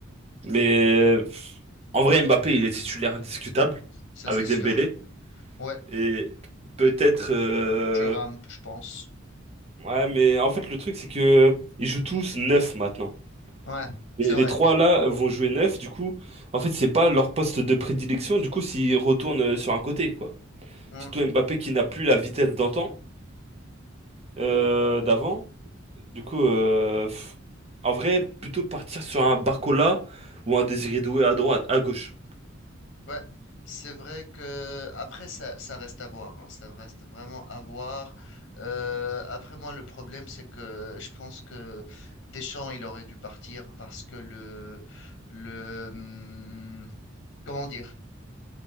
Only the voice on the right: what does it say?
Mais euh, en vrai, Mbappé, il est titulaire indiscutable
avec
Dembélé.
Et peut-être. euh,
Ouais, mais en fait, le truc, c'est que ils jouent tous 9 maintenant.
Les,
les trois là vont jouer 9 du coup, en fait, c'est pas leur poste de prédilection, du coup, s'ils retournent euh, sur un côté, quoi.
Surtout Mbappé qui n'a plus la vitesse d'antan, euh, d'avant. Du coup, euh, pff, en vrai, plutôt partir sur un Barcola ou un Désiré Doué à droite, à gauche.